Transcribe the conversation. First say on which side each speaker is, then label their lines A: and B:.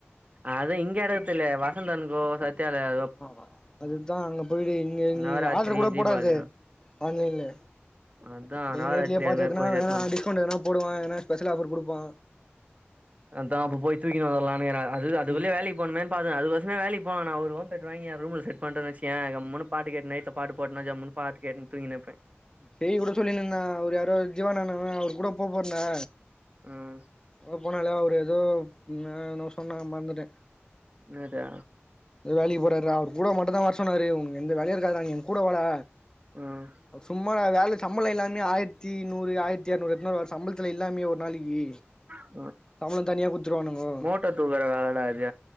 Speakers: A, on the right; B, on the left.
A: அது இங்க அடகுத்து தெர்ல வசந்தன்கோ சத்யாலயோ
B: ஆ ஆ அதுதா அங்க போய்டு இங்க நீ
A: நவராத்திரி
B: ஆர்டர் கூட
A: தீபாவளி
B: போடாது ஆன்லைன்ல
A: அதா
B: போய்
A: நவராத்திரி
B: நேர்லே பாத்து
A: அது மாரி
B: எடுத்னா
A: போயிட்டு எத்துனு வந்
B: டிஸ்கவுண்ட் எதனா போடுவா எதனா ஸ்பெஷல் ஆஃபர் குடுப்பா
A: அதா அப்ப போய் தூக்கிணு வரலானுக்குற அது அது
B: ம்
A: வலியு வேலைக் போனுமேன்னு பாக்கற அதுக்கெசறமே வேலைக்கு போ வேணா ஒரு ஹோம் தியேட்டர் வாங்கி எ ரூம்ல செட் பண்டேன்னு வச்சிக்கியே கம்முன்னு பாட்டு கேட்டுனே த பாட்டு போட்டுட்டு ஜமுன்னு பாட்டு கேட்டுனு தூக்கின்னு இருப்பே
B: செரி வுடு சொல்லின்னா அவரு யாரோ ஜீவாண்ணா அவரு கூட போ போறனா
A: ம்
B: அ போனாலையா அவரு ஏதோ ந என்னவோ சொன்னா மறந்துட்டே
A: என்னது
B: எதோ வேலைக்கு போறாருரா அவரு கூட மட்டு தா வர சொன்னாரு உனக்கு எந்த வேலைய இருக்காதுடா நீ எனக் கூட வாடா
A: ம்
B: அ சும்மா நா வேல சம்பளம் எல்லாமே ஆயிரத்தி நூறு ஆயிரத்தி அறுநூறு எத்துனுவாரு சம்பளத்தில இல்லாமே ஒரு நாளைக்கி
A: ஆஹ
B: சம்பளோ தனியா குடுத்துருவானுங்கோ
A: போட்ட தூர வாடா அது